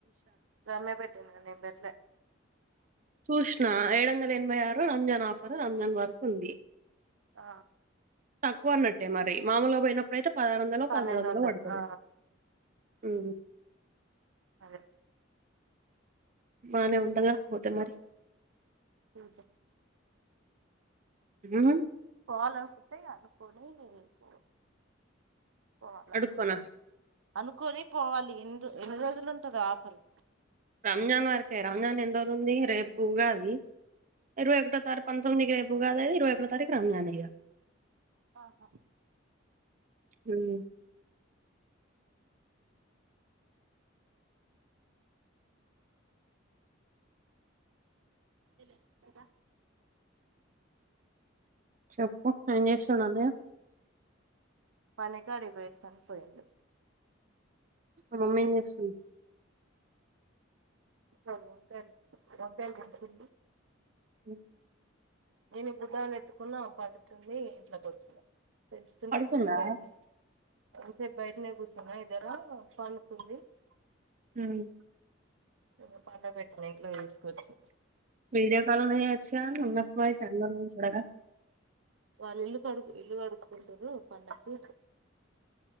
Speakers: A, on the right (about 75°); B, on the right (about 40°).
A: రమ్య పెట్టింద నేం పెట్లే
B: కృష్ణ ఏడు వందల ఎనభై ఆరు రంజాన్ ఆఫర్ రంజాన్ వరకు ఉంది
A: ఆ
B: తక్కువ అన్నట్టే మరి మామూలుగా పోయినప్పుడయితే పదహారు వందలో
A: పన్నెండు
B: పదమూడు వందలో
A: వందలు
B: పడుతది
A: ఆ
B: ఉం
A: అదే
B: బానే ఉంటదా పోతే మరి
A: నాతో
B: ఉం
A: పోవలనుకుంటే అనుకోని పో పోవాలా
B: అడుక్కోనా
A: అనుకొని పోవాలి ఎన్ని ఎన్ని రోజులు ఉంటుంది ఆఫరు
B: రంజాన్ వరకే రంజాన్ ఎంతవుతుంది రేపు ఉగాది ఇరవై ఒకటో తారీ పంతొమ్మిదికి రేపు ఉగాది అది ఇరవై ఒకటో తారీఖు రాంజాన్ ఇగ
A: ఆహా
B: ఉమ్
A: ఎళ్ళె నుద
B: చెప్పు ఏం చేస్తున్నాడు అన్నయ్య
A: పనకి కాడికి పోయి వస్తానని పోయిండు
B: అమ్మమ్మ ఏం జేస్తుంది.
A: చ వంకాయలు వంకాయలు వండుతుంది
B: అ
A: నే ఇప్పుటి దా నెత్తుకున్నా అ పాట ఉత్తునే ఇంట్లో కూర్చు తెలుస్
B: పడుకుందా
A: టేన్ష్న్ బయట్నే ఇంతసేపు బయట్నే కూర్చున్నా ఇదర పనుకుంది
B: హ్మ్
A: ఇంక పండ బెట్టిన ఇంట్లో తీసుకొచ్చి
B: విడియో కాల్ అన్న చెయ్యచ్చ ఉన్న పోయిస్ సెడ్ లోనే చూడగ
A: వాళ్ళు ఇల్లు కడుగు ఇల్లు కడుకుంటుర్రు పండక్కి